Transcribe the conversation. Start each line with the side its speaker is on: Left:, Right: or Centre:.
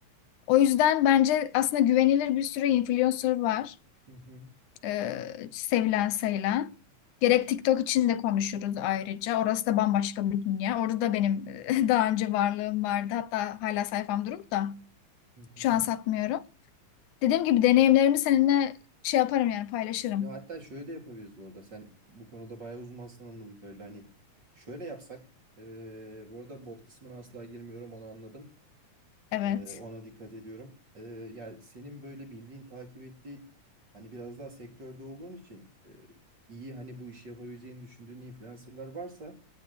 Left: O yüzden bence aslında güvenilir bir sürü influencer var
Right: Hı hı
Left: e, sevilen sayılan. Gerek TikTok için de konuşuruz ayrıca. Orası da bambaşka bir dünya. Orada da benim <laughs> daha önce varlığım vardı. Hatta hala sayfam durur da
Right: hı hı.
Left: şu an satmıyorum. Dediğim gibi deneyimlerimi seninle şey yaparım yani paylaşırım.
Right: Ya hatta şöyle de yapabiliriz bu arada. Sen bu konuda bayağı uzmansın anladım kadarıyla. Hani şöyle yapsak. eee bu arada bot kısmına asla girmiyorum onu anladım.
Left: Evet.
Right: Eee, ona dikkat ediyorum. Eee yani senin böyle bildiğin takip ettiğin hani biraz daha sektörde olduğun için eee, iyi hani bu işi yapabileceğini düşündüğün influencerlar varsa